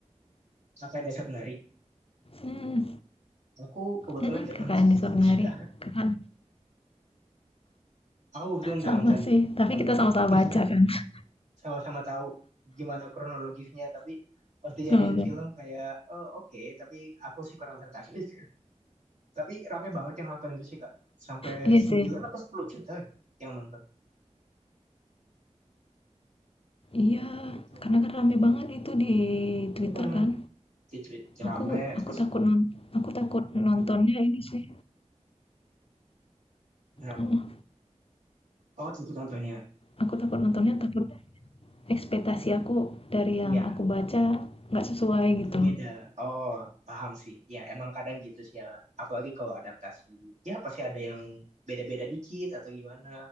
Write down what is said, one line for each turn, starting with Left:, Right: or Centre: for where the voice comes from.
Right: Kakak yang Desa Penari.
Left: Mmm,
Right: Aku kebetulan
Left: mhm,
Right: nggak
Left: Kakak
Right: nonton
Left: Andi
Right: <laughs>
Left: Surnari.
Right: sih Kak.
Left: Kakak
Right: Aku kebetulan nggak
Left: sama
Right: nonton.
Left: sih, tapi
Right: Kalau
Left: kita
Right: benar.
Left: sama-sama
Right: <laughs>
Left: baca kan. <laughs>
Right: Sama-sama tahu gimana kronologisnya, tapi pas dijadiin
Left: Heeh.
Right: film kayak "Oh, oke, tapi aku sih kurang tertarik. <laughs> Tapi rame banget yang nonton itu sih Kak. Sampai
Left: Iya
Right: 9
Left: sih.
Right: apa 10 juta gitu yang nonton
Left: Iya,
Right: gitu.
Left: karena kan rame banget itu di Twitter
Right: Heeh.
Left: kan.
Right: di Twitter
Left: Aku
Right: rame
Left: aku
Right: terus
Left: takut non aku takut nontonnya ini sih
Right: berapa?
Left: heeh,
Right: Oh, ikut contohnya?
Left: aku takut nontonnya takut ekspektasi aku dari
Right: Iya,
Left: yang aku baca nggak sesuai
Right: berbeda.
Left: gitu.
Right: Oh, paham sih. Ya, emang kadang gitu sih ya. Apalagi kalau adaptasi. Ya, pasti ada yang beda-beda dikit atau gimana